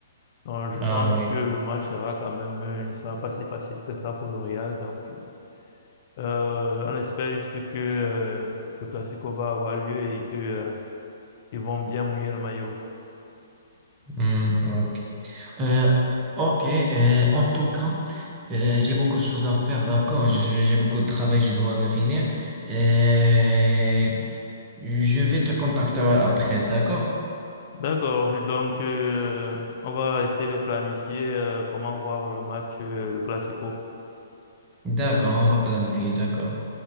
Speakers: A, on the left; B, on the right.
A: Donc, je
B: Ah
A: pense
B: oui,
A: que le match sera quand même, euh, il sera pas si facile que ça pour le Real. Donc, euh, Euh, on espère juste que euh, le Classico va avoir lieu et que euh, ils vont bien mouiller le maillot.
B: Hmm, ok. Euh, ok, euh, en tout cas, euh, j'ai beaucoup de choses à faire, d'accord? J'ai j'ai beaucoup de travail, je dois le finir. Euh, je vais te contacter après, d'accord?
A: D'accord, donc euh, on va essayer de planifier euh, comment voir le match, euh, le Classico.
B: D'accord, on va planifier, d'accord.